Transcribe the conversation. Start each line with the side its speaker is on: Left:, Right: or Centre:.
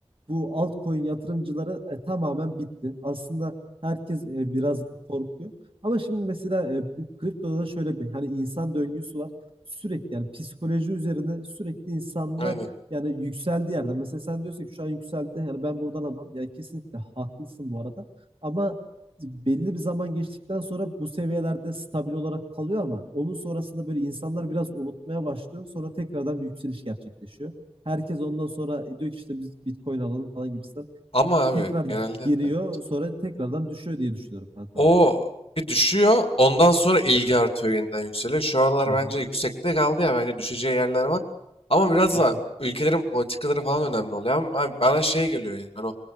Right: bu altcoin yatırımcıları e, tamamen bitti. Aslında herkes e, biraz korkuyor. Ama şimdi mesela e, bu kriptoda da şöyle bir hani insan döngüsü var. Sürekli yani psikoloji üzerine sürekli insanlar
Left: Aynen.
Right: yani yükseldiği yerden. Mesela sen diyorsun ki şu an yükseldi yani ben buradan alamam Yani kesinlikle haklısın bu arada. Ama belli bir zaman geçtikten sonra bu seviyelerde stabil olarak kalıyor ama onun sonrasında böyle insanlar biraz unutmaya başlıyor. Sonra tekrardan bir yükseliş gerçekleşiyor. Herkes ondan sonra diyor ki işte biz Bitcoin alalım falan gibisinden.
Left: Ama abi
Right: Tekrar
Left: genelde
Right: giriyor
Left: evet.
Right: sonra tekrardan düşüyor diye düşünüyorum kankam
Left: O
Right: ben yani.
Left: bir düşüyor. Ondan sonra ilgi artıyor yeniden yükseliyor. Şu aralar
Right: Hı
Left: bence
Right: hı,
Left: yüksekte kaldı ya. Bence düşeceği yerler var. Ama biraz
Right: hı
Left: da
Right: hı.
Left: ülkelerin politikaları falan önemli oluyor. Ama abi bana şey geliyor yani. Hani o